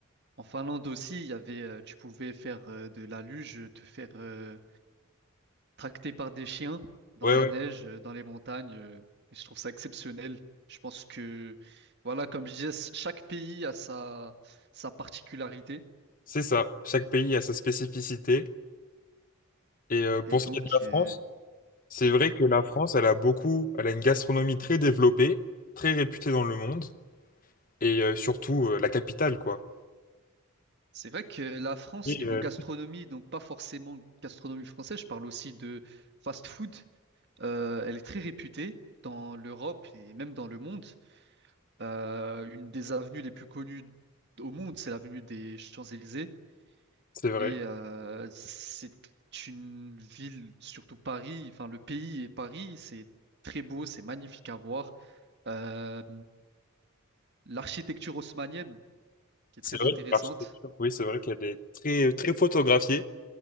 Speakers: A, on the right (about 50°); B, on the left (about 40°).
A: en Finlande aussi, il y avait, euh, tu pouvais faire euh, de la luge, te faire euh, tracter par des chiens dans
B: Ouais,
A: la
B: ouais,
A: neige, euh, dans les montagnes. euh, et je trouve ça exceptionnel. Je pense que, voilà, comme je disais, c- chaque pays a sa, sa particularité.
B: c'est ça. Chaque pays a sa spécificité. Et euh, pour
A: Et donc,
B: ce qui est de la France,
A: euh,
B: c'est vrai que la France, elle a beaucoup, elle a une gastronomie très développée, très réputée dans le monde, et euh, surtout euh, la capitale, quoi.
A: c'est vrai que la France,
B: Et,
A: niveau
B: euh,
A: gastronomie, donc pas forcément gastronomie française, je parle aussi de fast-food, euh, elle est très réputée dans l'Europe et même dans le monde. Euh, une des avenues les plus connues au monde, c'est l'avenue des Champs-Élysées.
B: c'est vrai.
A: Et euh, c'est une ville, surtout Paris, enfin le pays et Paris, c'est très beau, c'est magnifique à voir. Euh, l'architecture haussmannienne, qui est
B: C'est
A: très
B: vrai
A: intéressante,
B: que l'architecture, oui, c'est vrai qu'elle est très, très photographiée.